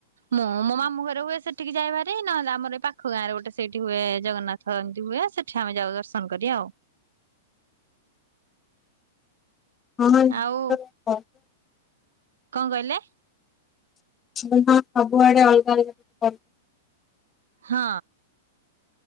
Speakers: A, on the right (about 60°); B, on the left (about 20°).
A: ମୁଁ ମୋ ମାମୁ ଘରେ ହୁଏ ସେ ଠିକି ଯାଏ ଭାରି ନହେଲେ ଆମର ଏଇ ପାଖ ଗାଁ ରେ ଗୋଟେ ସେଇଠି ହୁଏ ଜଗନ୍ନାଥ ଏମତି ହୁଏ ସେଠି ଆମେ ଯାଉ ଦର୍ଶନ କରି ଆଉ।
B: <unintelligible>
A: ଆଉ କଣ କଇଲେ?
B: ହ ସବୁଆଡେ ଅଲଗା ଅଲଗା
A: ହଁ